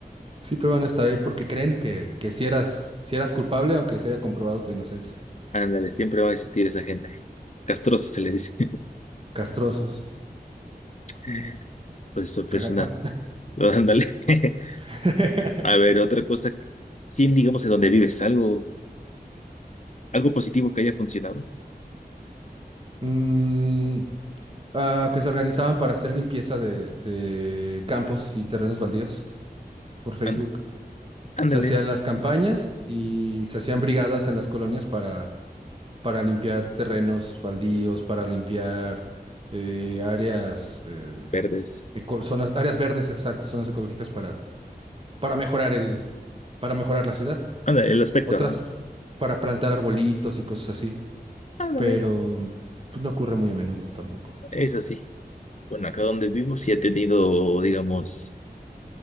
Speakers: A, on the right; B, on the left.
A: Siempre van a estar ahí porque creen que, que si eras, si eras culpable, aunque se haya comprobado tu inocencia.
B: Ándale, siempre va a existir esa gente. Castrosa se le dice.
A: Castrosos,
B: <laughs> Pues eso fue
A: cagapa.
B: una. <laughs> Ándale. <laughs>
A: <laughs>
B: A ver, otra cosa. sin digamos en donde vives, algo, algo positivo que haya funcionado.
A: Mm, ah, que se organizaban para hacer limpieza de, de campos y terrenos baldíos por Facebook.
B: Án- Ándale,
A: Se hacían las campañas y se hacían brigadas en las colonias para, para limpiar terrenos baldíos, para limpiar eh, áreas, eh,
B: verdes.
A: eco- zonas, áreas verdes, exacto, zonas ecológicas para, para mejorar el, para mejorar la ciudad.
B: Ándale, el aspecto,
A: Otras
B: ¿no?
A: para plantar arbolitos y cosas así,
B: Ándale.
A: pero pues, no ocurre muy a menudo tampoco.
B: Eso sí. Bueno, acá donde vivo sí ha tenido, digamos,